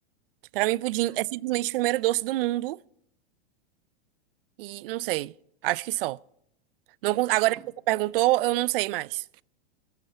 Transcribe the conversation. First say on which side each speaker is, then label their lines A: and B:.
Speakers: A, on the right; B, on the right.
A: Pra mim, pudim
B: Ah,
A: é
B: aqui
A: simplesmente
B: tem
A: o primeiro doce do mundo. E não sei. Acho que só. Não, con- agora
B: flan.
A: que você perguntou, eu não sei mais.